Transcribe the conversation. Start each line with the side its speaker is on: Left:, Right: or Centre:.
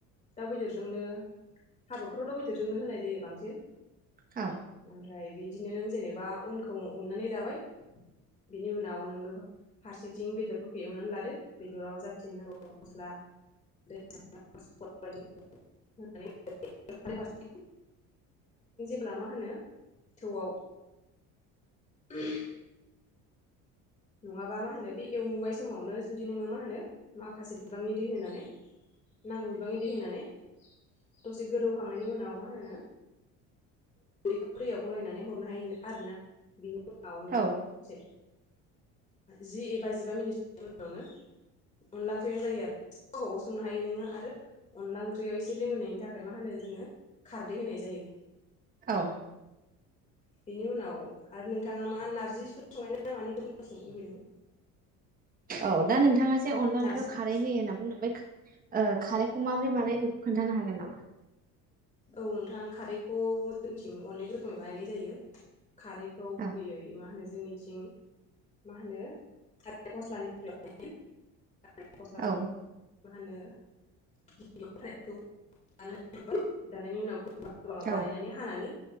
Left: दाउ बेदरजोंनो हाबाफोराव दाउ बेदरजोंनो होनाय जायो बांसिन।
Right: औ
Left: ओमफ्राय बिदिनो नों जेनेबा उनखौ उननानै लाबाय। बेनि उनाव नो फारसेथिं बेदरफोरखौ एवनानै लादो। बेदराव जाखिनि नांगौ मस्ला <unintelligible> <unintelligible> होनब्ला मा होनो थौआव <unintelligible> नङाबा मा होनो बे एवबाय समावनो जुदि नोङो मा होनो माखासे बिबांनि दै होनानै नांगौ बिबाङै दै होनानै दसे गोदौखांनायनि उनाव मा होनो लेखाियाव <inaudible> <unintelligible> गरायनानै हरनो हायो आरोोना बिनि <unintelligible> नोङो
Right: औ
Left: एसे जि एबा जिबा मिनिट उनावनो अनला ओंख्रिया जायो आरो गाव गावासो संनो हायो नोङो आरो अनला ओंख्रिया एसे लिमोननायनि थाखाय मा होनो जोङो खारदै होनाय जायो।
Right: औ
Left: बिनि उनाव आरो नोंथाङा मा नारजिफोर संनाय ना मानिखौ खोनासंनो लुबैदों?
Right: औ दा नोंथाङा जे अनला
Left: नारजि
Right: ओंख्रियाव खारै होयो होनना खारैखौ माबोरै बानाय बेखौ खोन्थानो हागोन नामा?
Left: औ नोंथां खारैखौ‌ जोंथिं अनेक रोखोमै बानायनाय जायो। खारैखौ
Right: औ
Left: गुबैयै मा होनो जोंनिथिं मा होनो थालिर फस्लानिफ्राय थालिर फस्लाखौ
Right: औ
Left: <inaudible> मा होनो <inaudible> जानायनि उनाव गोबा-गोबा
Right: औ
Left: बानायनानै हानानै